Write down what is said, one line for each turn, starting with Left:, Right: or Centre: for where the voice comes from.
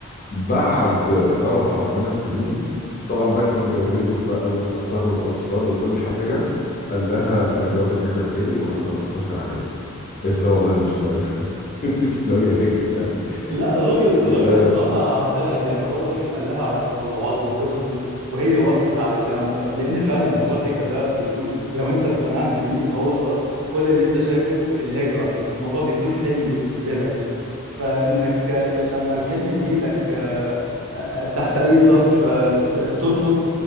Left: بعد اربع او خمس سنين طبعا بقى كانوا اتجوزوا بقى واستقروا واطفال وكل حاجه قال لها انا جواب الهجره جالي وانا خلاص اتوافق عليا قالت له لا والله انا مش ناوي <laughs> مش ناوي اهاجر يعني
Right: لا الراجل
Left: ف
Right: الراجل الصراحه ده العيب يعني هو الراجل قال لها على تطلعاته وخططه وهي وافقت على الكلام ده لان فعلا موضوع الهجره ده بيكون لو انت اقتنعت بيه هو خلاص كل اللي انت شايفه الهجره الموضوع بيكون حلم بالنسبه لك فإنك لما الحلم يجي لك آه، آه، آه، تحت أي ظرف آه، ترفض